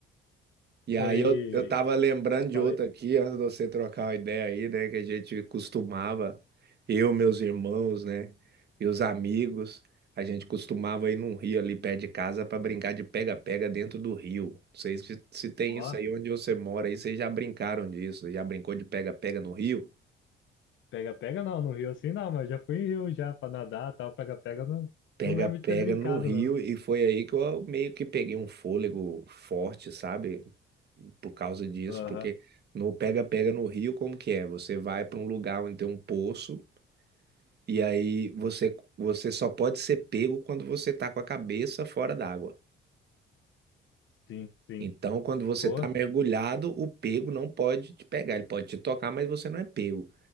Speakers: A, on the right (about 55°); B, on the left (about 75°).
A: E
B: foi.
A: aí eu, eu tava lembrando de
B: Falei,
A: outra aqui, antes de você trocar uma ideia aí, né? Que a gente costumava, eu, meus irmãos, né? E os amigos, a gente costumava ir num rio ali perto de casa pra brincar de pega-pega dentro do rio. Não sei se, se tem
B: ó,
A: isso aí onde você mora, aí vocês já brincaram disso, já brincou de pega-pega no rio?
B: pega-pega não, no Rio assim não, mas já fui em Rio já pra nadar tal, pega-pega eu não,
A: Pega-pega
B: não lembro de ter brincado
A: no rio,
B: não.
A: e foi aí que eu meio que peguei um fôlego forte, sabe? por causa disso,
B: Aham,
A: porque no pega-pega no Rio, como que é? Você vai para um lugar onde tem um poço e aí você você só pode ser pego quando você tá com a cabeça fora d'água.
B: sim, sim.
A: Então, quando você
B: Pô,
A: tá mergulhado, o pego não pode te pegar, ele pode te tocar, mas você não é pego.